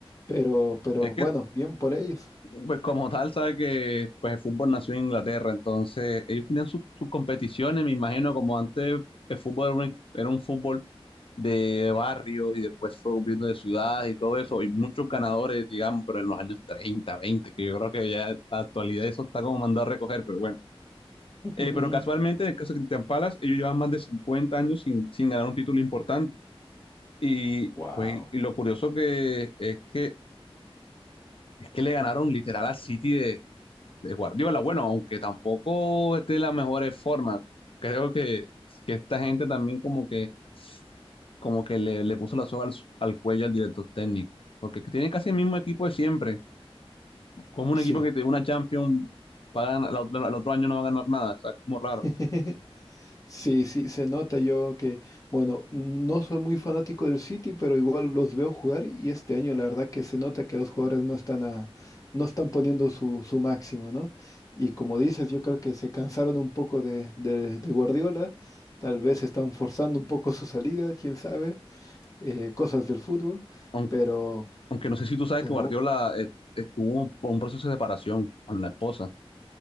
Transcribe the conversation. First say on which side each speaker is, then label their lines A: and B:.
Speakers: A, on the left; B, on the left.
A: pero, pero
B: Es
A: bueno,
B: que
A: bien por ellos.
B: Pues como tal, sabe que pues, el fútbol nació en Inglaterra, entonces ellos tenían sus, sus competiciones, me imagino, como antes el fútbol era un, era un fútbol de barrio y después fue volviendo de ciudades y todo eso, y muchos ganadores, digamos, pero en los años 30, 20, que yo creo que ya en la actualidad eso está como mandado a recoger, pero bueno.
A: <laughs>
B: Eh, pero casualmente, en el caso de Cristian Palace, ellos llevan más de 50 años sin, sin ganar un título importante. Y,
A: Wow.
B: pues, y lo curioso que es que, es que le ganaron literal a City de de Guardiola. Bueno, aunque tampoco esté de las mejores formas, creo que, que esta gente también como que, como que le, le puso la soga al, al cuello al director técnico, porque tiene casi el mismo equipo de siempre, como un
A: Sí.
B: equipo que tiene una Champions, va a ganar- la otra- el otro año no va a ganar nada, o sea, como raro.
A: <laughs> Sí, sí, se nota yo que, bueno, no soy muy fanático del City, pero igual los veo jugar y este año la verdad que se nota que los jugadores no están a- no están poniendo su, su máximo, ¿no? Y como dices, yo creo que se cansaron un poco de, de- de Guardiola, tal vez están forzando un poco su salida, quién sabe, eh, cosas del fútbol,
B: Aunque,
A: pero,
B: aunque no sé si tú sabes
A: pero,
B: que Guardiola eh, estuvo por un proceso de separación con la esposa,